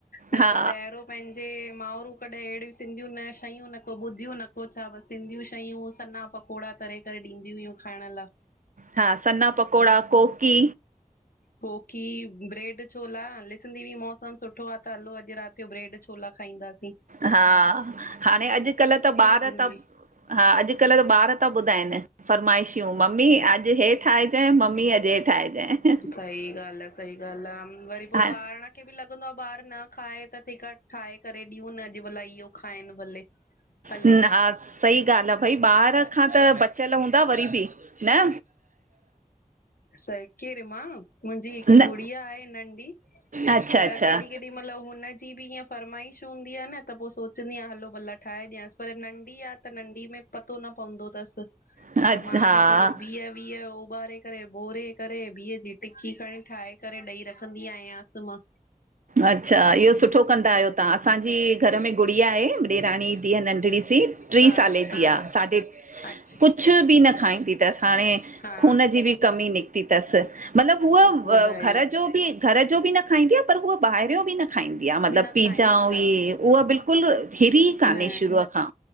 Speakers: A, on the left; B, on the right.
A: न
B: हा
A: त पहिरियों पंहिंज जे माउरूं कॾहिं अहिड़ियूं सिंधीयूं न शयूं न को ॿुधियूं न को छा बस सिंधियूं शयूं सन्ना पकौड़ा तरे करे ॾींदियूं हुयूं खाइण लाइ।
B: हा, सन्ना पकौड़ा कोकी।
A: कोकी, ब्रेड छोला, लिखदीं हुईमास तमामु सुठो आहे, त हलो अॼु राति जो ब्रेड छोला खाइंदासीं।
B: हा, हाणे अॼुकल्हु त
A: सुठी
B: ॿार
A: लॻंदी
B: त
A: हुई
B: हा, अॼुकल्हु त ॿार था ॿुधाइनि फ़रमाइश्यूं, मम्मी अॼु हे ठाहे चयइं मम्मी अॼु हे ठाहेजइं।
A: सही ॻाल्हि आहे, सही ॻाल्हि आहे, वरी पोइ
B: हा
A: पांण खे बि लॻंदो आहे ॿारु न खाए त तेंखां ठाहे करे ॾियूंन, अॼु भला इहो खाइनि भले। हले
B: न अ हा र <unintelligible> सही ॻाल्हि आहे, भई ॿार खां त बचियल हूंदा वरी बि, न?
A: साइ केर मां मुंहिंजी हिकु
B: न
A: गुड़िया आहे नंढी,
B: अच्छा
A: पर
B: अच्छा
A: केॾी -केॾी केॾी महिल हुनजी बि इअं फर्माइश हूंदी आहे न त पोइ सोचंदी आहियां, हलो भला ठाहे ॾियांसि पर नंढी आहे त, नंढी में पतो न पवंदो थसि।
B: अच
A: त मां
B: हा
A: बि थोड़ो भीह- वीह उॿारे करे भोरे करे भींह जी टिकी खणी ठाहे करे ॾई रखंदी आयांसि मां।
B: अच्छा, इहो सुठो कंदा आहियो तव्हां, असांजी घर में गुड़िया आहे ॾेराणी जी धीअ नंढड़ी सी, टी
A: हा
B: साले जी
A: हा
B: आहे साढे। कुझु
A: अच्छा
B: कुझु बि न खाइंदी थसि, हाणे
A: हा
B: खून जी बि कमी निकिती तसि। मतलबु हूअ
A: ॿुधायो
B: घर जो बि घर जो बि न खाइंदी, आहे पर हू ॿाहिरियो बि न खाइंदी आहे मतिलबु
A: बि न
B: पिज्जा
A: खाईंदी
B: अऊं
A: आ
B: ईहे, उहा बिल्कुल हिरी कान्हे
A: न
B: शुरूअ खां।